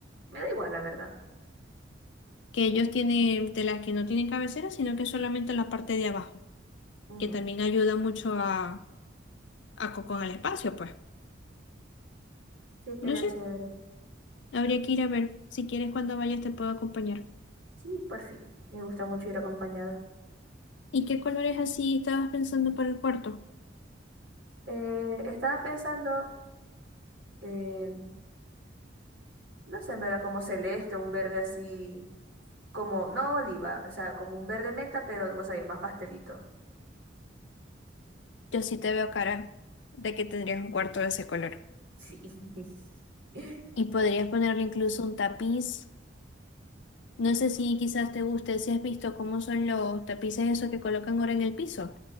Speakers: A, on the right (about 80°); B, on the left (about 70°).
A: me da igual, la verdad.
B: Que ellos tienen de las que no tienen cabecera, sino que solamente la parte de abajo,
A: Ujú.
B: que también ayuda mucho a, a co- con el espacio, pues.
A: Sí, estaría
B: No sé,
A: chévere.
B: habría que ir a ver. Si quieres, cuando vayas te puedo acompañar.
A: Sí, por fin. Me gusta mucho ir acompañada.
B: ¿Y qué colores así estabas pensando para el cuarto?
A: Eh, estaba pensando, eh, no sé, en verdad, como celeste, un verde así, como, no oliva, o sea, como un verde menta, pero vos sabés, más pastelito.
B: Yo sí te veo cara de que tendrías un cuarto de ese color.
A: Sí. <laughs>
B: Y podrías ponerle incluso un tapiz. No sé si quizás te guste, si has visto cómo son los tapices esos que colocan ahora en el piso.